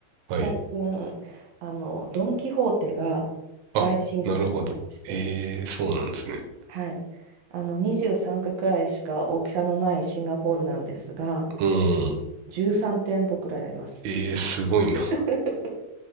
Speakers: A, on the right; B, on the right.
A: はい。
B: 最近、あの、ドン・キホーテが大進出して、
A: あ、なるほど。ええ、そうなんですね。
B: はい。あの23区くらいしか大きさのないシンガポールなんですが、
A: うん。
B: 13店舗くらいあります。
A: ええ、すごいな。
B: <laughs>